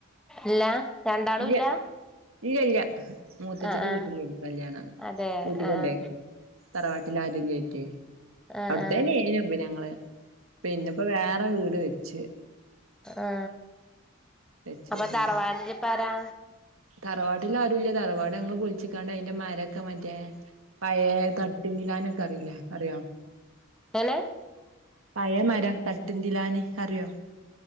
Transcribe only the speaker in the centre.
ഇല്ല രണ്ടാളും
ഇല്ല
ആഹ് ആഹ്
അതെ
ആഹ്
ആഹ്
ആഹ്
ആ
അപ്പം
തറവാട്ടില് പറാ
എങ്ങനെ